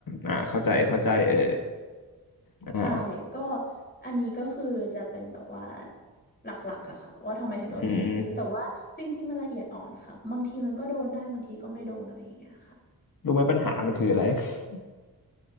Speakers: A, on the left; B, on the left.
A: ่าเข้าใจเข้าใจเอออ่า
B: ใช่ก็อันนี้ก็คือจะเป็นแบบว่าหลักๆอะค่ะว่าทำไมถึงโดน
A: อืม
B: p พ n น l t ตีแต่ว่าจริงๆมันละเอียดอ่อนค่ะบางทีมันก็โดนได้บางทีก็ไม่โดนอะไรอย่างเงี้ยค่ะ
A: รู้ไหมปัญหามันคืออะไร <laughs>